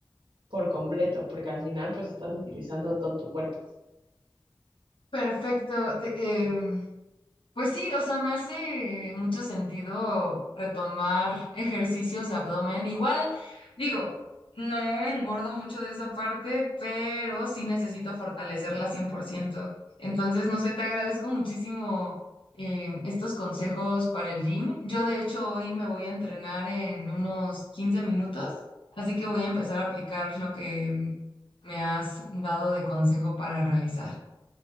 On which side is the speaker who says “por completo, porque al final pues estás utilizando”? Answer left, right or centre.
Right